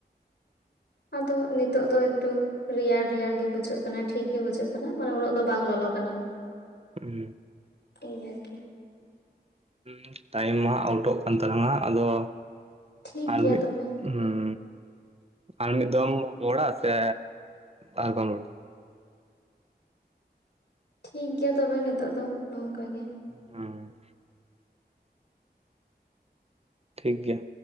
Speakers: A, on the left; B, on the right.
A: ᱟᱫᱚ ᱱᱤᱛᱚᱜ ᱫᱚ ᱮᱠᱴᱩ ᱨᱮᱭᱟᱲ ᱨᱮᱭᱟᱲ ᱜᱮ ᱵᱩᱡᱷᱟᱹᱜ ᱠᱟᱱᱟ ᱴᱷᱤᱠ ᱜᱮ ᱵᱩᱡᱷᱟᱹᱜ ᱠᱟᱱᱟ ᱢᱟᱱᱮ ᱩᱱᱟᱹᱜ ᱫᱚ ᱵᱟᱝ ᱞᱚᱞᱚ ᱠᱟᱱᱟ
B: ᱦᱩ
A: ᱴᱷᱤᱠ ᱜᱮᱭ ᱟᱨᱠᱤ
B: ᱩ ᱴᱟᱭᱤᱢ ᱢᱟ ᱟᱣᱩᱴᱚᱜ ᱠᱟᱱ ᱛᱟᱞᱟᱝ ᱟ ᱟᱫᱚ
A: ᱴᱷᱤᱠ
B: ᱟᱨ
A: ᱜᱮᱭᱟ
B: ᱢᱤᱫ
A: ᱛᱚᱵᱮ
B: ᱦᱩᱸ ᱟᱨ ᱢᱤᱫ ᱫᱚᱢ ᱨᱚᱲᱟ ᱥᱮ ᱟᱨ ᱵᱟᱢ ᱨᱚᱲᱟ
A: ᱴᱷᱤᱠ ᱜᱮᱭᱟ ᱛᱚᱵᱮ ᱱᱤᱛᱚᱜ ᱫᱚ ᱱᱚᱝᱠᱟ ᱜᱮ
B: ᱦᱮᱸ ᱴᱷᱤᱠ ᱜᱮᱭᱟ